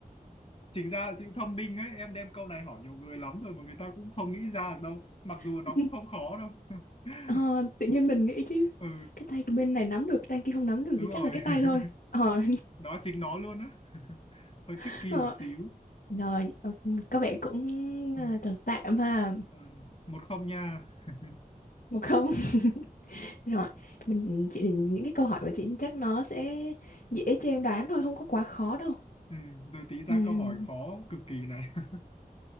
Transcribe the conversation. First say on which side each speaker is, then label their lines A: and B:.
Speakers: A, on the left; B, on the left.
A: chính ra là chữ thông minh ấy em đem câu này hỏi nhiều người lắm rồi mà người ta cũng không nghĩ ra được đâu mặc dù
B: <laughs>
A: nó cũng không khó đâu <laughs>
B: ờ, tự nhiên mình nghĩ chứ
A: ừ
B: cái tay bên này nắm được tay kia không nắm được
A: đúng
B: thì chắc
A: rồi
B: là cái tay thôi ờ
A: <laughs> đó chính nó luôn á <laughs> hơi
B: <laughs>
A: tricky
B: ờ.
A: một xíu
B: rồi ờ, có vẻ cũng
A: ừ.
B: ờ, tạm tạm ha
A: Ừ. một không nha <laughs>
B: một không <laughs> Rồi, mình chị những cái câu hỏi của chị chắc nó sẽ dễ cho em đoán thôi, không có quá khó đâu.
A: ừ. rồi tí ra
B: Ừm,
A: câu hỏi khó cực kỳ này <laughs>